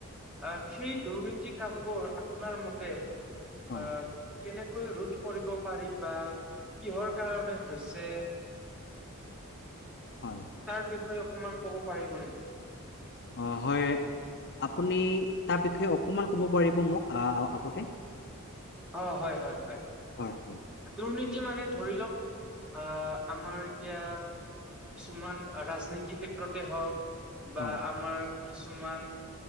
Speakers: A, in the centre; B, on the left.
A: আহ সেই দুৰ্নীতি কামবোৰ আপোনাৰ মতে
B: হয়
A: আহ, কেনেকৈ ৰোধ কৰিব পাৰি বা কিহৰ কাৰনে হৈছে।
B: হয়।
A: তাৰ বিষয়ে অকমান ক'ব পাৰিব নেকি।
B: অঁ হয় আপুনি তাৰ বিষয়ে অকণমান ক'ব পাৰিব মোক আগতে।
A: অঁ হয় হয় হয়।
B: হয় হয়।
A: দুৰ্নীতি মানে ধৰি লওঁক আহ আমাৰ এতিয়া। কিছুমান ৰাজনীতিৰ ক্ষেত্ৰতে হওক বা
B: হয়,
A: আমাৰ কিছুমান